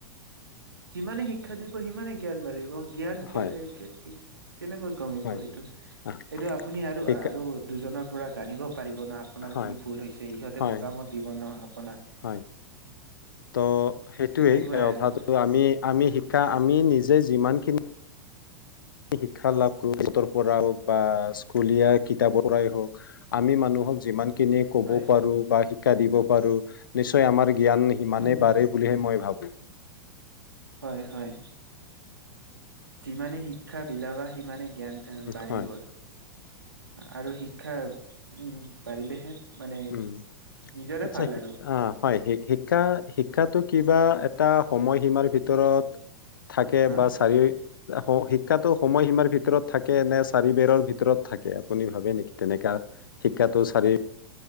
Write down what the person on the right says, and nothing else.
যিমানে শিক্ষা দিব সিমানে জ্ঞান বাঢ়িব। জ্ঞান কে
কে কেনেকৈ কমিব
এইটো।
এইটো আপুনি আৰু
আৰু দুজনৰ। পৰা জানিব পাৰিব ন আপোনাৰ
কি ভুল হৈছে সিহঁতে
মতামত দিব ন আপোনাক।
তেনেকুৱাই আৰু
হয়
উম
হয় হয় যিমানে শিক্ষা বিলাবা সিমানে জ্ঞান। এ বাঢ়িব
আৰু শিক্ষা উম বাঢ়িলেহে মানে
নিজৰে
ভাল আৰু
শিক
হা